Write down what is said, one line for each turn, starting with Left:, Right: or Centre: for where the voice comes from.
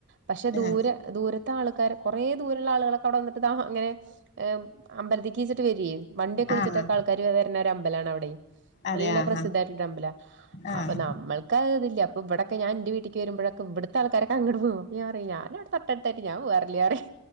Right: പക്ഷെ
Left: ആഹ്
Right: ദൂരെ ദൂരത്തെ ആൾക്കാാര് കുറെേ ദൂരുള്ള ആളുകളൊക്കെ അവിടെ വന്നിട്ട് അങ്ങനെ താ ഏ് അമ്പലതേക്കിച്ചിട്ട് വരോ വണ്ടിയൊക്കെ വിളിച്ചിട്ടൊക്കെ
Left: ആഹ്
Right: ആൾക്കാർ വരുന്ന ഒരു അമ്പലാണ വിടെ
Left: അതെ
Right: നല്ല
Left: ആഹ്
Right: പ്രസിദ്ധായിട്ടുള്ളൊരു അമ്പല
Left: ആഹ്
Right: അപ്പൊ
Left: ആഹ്
Right: നമ്മൾക്ക് ആ തില്ല ഇവിടൊക്കെ ഞാൻ ന്റെ വീട്ടി ക്ക് വരുമ്പഴക്ക ഇവിടുത്തെ ആൾക്കാരൊക്കെ അങ്ങട്ട് പോവും ഞാൻ പറിം ഞാനവിടെ തട്ടടുത്തായിട്ട് ഞാൻ പോവാറില്ല റിം